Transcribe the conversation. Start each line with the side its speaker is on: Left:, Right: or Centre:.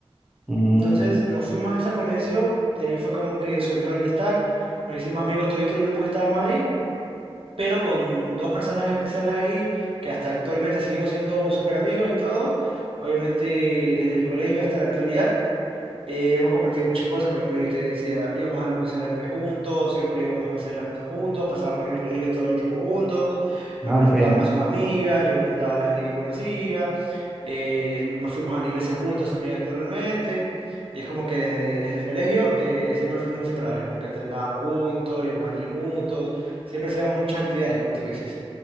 Centre: mm,
Right: Entonces nos fuimos a esa convención y ahí fue como que surgió la amistad. Nos hicimos amigos todito el grupo que estábamos ahí, pero con dos personas en especiales ahí que hasta actualmente seguimos siendo súper amigos y todo. Obviamente desde el colegio hasta la actualidad eh, hemos compartido muchas cosas. Por ejemplo, yo te decía, íbamos a la convención de anime juntos, siempre íbamos a hacer las cosas juntos, pasábamos en el colegio todo el tiempo juntos, me
Centre: ah,
Right: presentaban
Centre: ok.
Right: a sus amigas, yo le presentaba a la gente que yo conocía eh, nos fuimos a la iglesia juntos también actualmente. Y es como que desde, desde el colegio eh, siempre fuimos inseparables, como que entrenábamos juntos, íbamos al gym juntos, siempre hacíamos muchas actividades, como tú dices.